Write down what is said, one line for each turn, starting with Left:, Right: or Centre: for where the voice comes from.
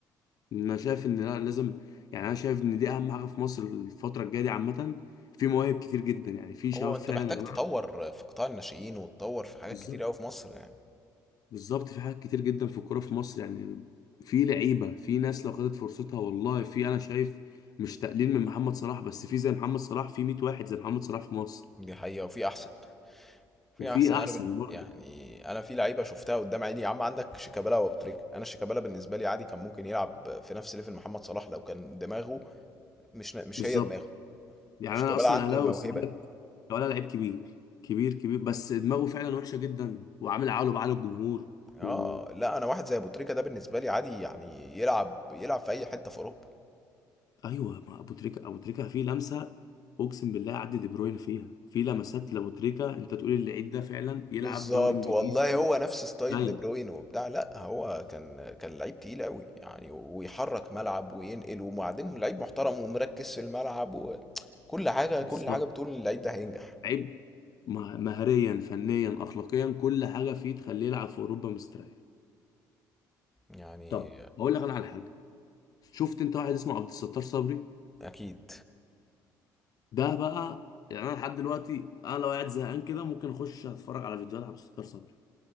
Left: انا شايف ان لا لازم يعني انا شايف ان دي اهم حاجه في مصر الفتره الجايه دي عامه في مواهب كتير جدا يعني في شباب
Centre: هو
Left: فعلا
Centre: انت محتاج
Left: يا جماعه
Centre: تطور في قطاع الناشئين وتطور في حاجات
Left: بالظبط
Centre: كتير قوي في مصر يعني
Left: بالظبط في حاجات كتير جدا في الكوره في مصر يعني في لعيبه في ناس لو خدت فرصتها والله في انا شايف مش تقليل من محمد صلاح بس في زي محمد صلاح في 100 واحد زي محمد صلاح في مصر
Centre: دي حقيقة وفي احسن في
Left: وفي
Centre: احسن
Left: احسن
Centre: انا بن...
Left: برضه
Centre: يعني انا في لعيبه شفتها قدام عيني يا عم عندك شيكابالا وابتريكا انا شيكابالا بالنسبه لي عادي كان ممكن يلعب في نفس ليفل محمد صلاح لو كان دماغه مش مش
Left: بالظبط
Centre: هي دماغه
Left: يعني
Centre: شيكابالا
Left: انا اصلا
Centre: عنده
Left: اهلاوي
Centre: الموهبه
Left: بس بقول لك لو انا لعيب كبير كبير كبير بس دماغه فعلا وحشه جدا وعامل عقله بعقل الجمهور
Centre: اه
Left: و
Centre: لا انا واحد زي ابو تريكه ده بالنسبه لي عادي يعني يلعب يلعب في اي حته في اوروبا
Left: ايوه ما ابو تريكا ابو تريكا فيه لمسه اقسم بالله عدي دي بروين فيها في لمسات لابو تريكا انت تقول اللعيب ده فعلا يلعب
Centre: بالظبط
Left: دوري انجليزي
Centre: والله هو نفس ستايل
Left: ايوه
Centre: دي بروين وبتاع لا هو كان كان لعيب تقيل قوي يعني ويحرك ملعب وينقل وبعدين لعيب محترم ومركز في الملعب وكل حاجه
Left: بالظبط
Centre: كل حاجه بتقول إن اللعيب ده هينجح
Left: لعيب مه- مهريا فنيا اخلاقيا كل حاجه فيه تخليه يلعب في اوروبا مستريح
Centre: يعني
Left: طب اقول لك انا على حاجه شفت انت واحد اسمه عبد الستار صبري
Centre: اكيد
Left: ده بقى يعني انا لحد دلوقتي انا لو قاعد زهقان كده ممكن اخش اتفرج على فيديوهات عبد الستار صبري